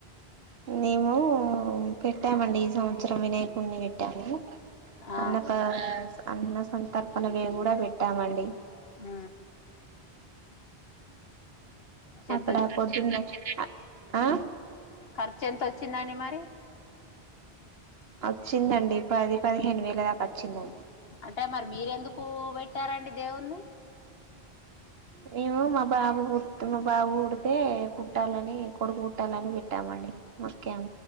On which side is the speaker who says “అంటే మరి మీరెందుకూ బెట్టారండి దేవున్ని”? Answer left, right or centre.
Left